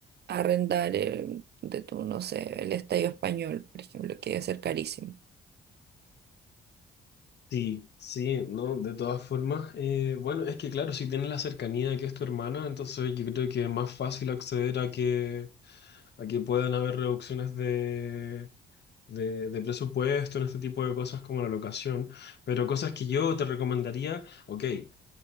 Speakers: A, on the right; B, on the left.
A: arrendar eh, de tu, no sé, el Estadio Español, por ejemplo, que debe ser carísimo.
B: Sí, sí, no, de todas formas, eh, bueno, es que claro, si tienes la cercanía de que es tu hermana, entonces yo creo que es más fácil acceder a que a que puedan haber reducciones de, de, de presupuesto en este tipo de cosas como la locación, pero cosas que yo te recomendaría, ok, eh,